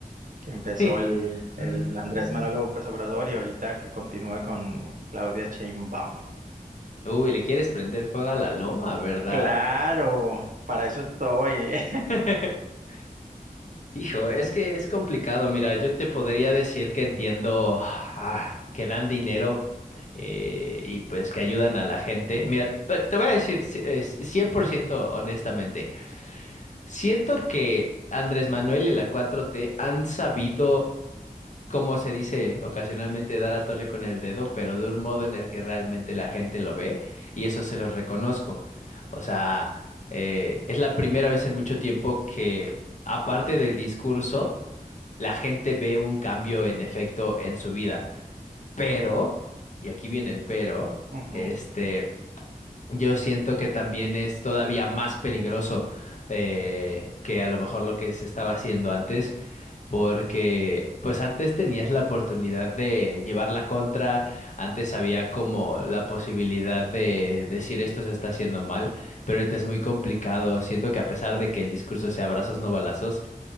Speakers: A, on the right (about 65°); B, on the left (about 55°).
A: que empezó
B: Sí.
A: el, el
B: Mm.
A: Andrés Manuel López Obrador y ahorita que continúa con Claudia Sheinbaum?
B: Uy, le quieres prender fuego a la loma, ¿verdad?
A: Claro, para eso estoy. <laughs>
B: <laughs> Hijo, es que es complicado. Mira, yo te podría decir que entiendo ah, que dan dinero eh, y pues que ayudan a la gente. Mira, te te voy a decir ci- eh, ci- 100% honestamente. Siento que Andrés Manuel y la cuatro t han sabido como se dice ocasionalmente, dar a tole con el dedo, pero de un modo en el que realmente la gente lo ve y eso se los reconozco. O sea, eh, es la primera vez en mucho tiempo que, aparte del discurso, la gente ve un cambio en efecto en su vida. Pero, y aquí viene el pero,
A: Ujú,
B: este, yo siento que también es todavía más peligroso eh, que a lo mejor lo que se estaba haciendo antes porque pues antes tenías la oportunidad de llevar la contra, antes había como la posibilidad de decir esto se está haciendo mal, pero ahorita es muy complicado. Siento que a pesar de que el discurso sea abrazos no balazos,